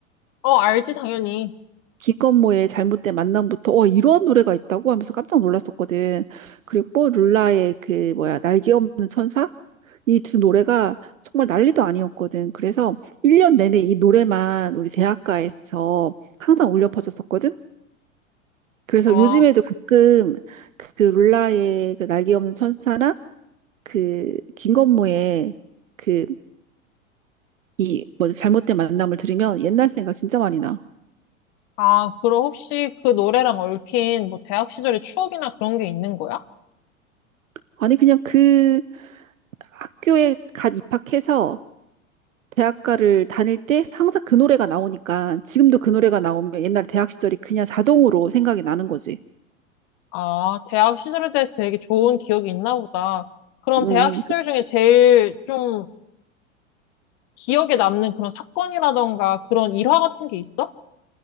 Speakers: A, on the left; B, on the right.
A: 어, 알지, 당연히.
B: 김건모의 잘못된 만남부터 어 이런 노래가 있다고 하면서 깜짝 놀랐었거든. 그리고 룰라의 그 뭐야 날개 없는 천사 이 두 노래가 정말 난리도 아니었거든. 그래서 1년 내내 이 노래만 우리 대학가에서 항상 울려 퍼졌었거든. 그래서
A: 아,
B: 요즘에도 가끔 그, 그 룰라의 그 날개 없는 천사나 그 김건모의 그 이 뭐 잘못된 만남을 들으면 옛날 생각 진짜 많이 나.
A: 아, 그럼 혹시 그 노래랑 얽힌 뭐 대학 시절의 추억이나 그런 게 있는 거야?
B: 아니 그냥 그 학교에 갓 입학해서 대학가를 다닐 때 항상 그 노래가 나오니까 지금도 그 노래가 나오면 옛날 대학 시절이 그냥 자동으로 생각이 나는 거지.
A: 아, 대학 시절에 대해서 되게 좋은 기억이 있나 보다. 그럼
B: 음,
A: 대학 시절
B: 그-
A: 중에 제일 좀 기억에 남는 그런 사건이라던가 그런 일화 같은 게 있어?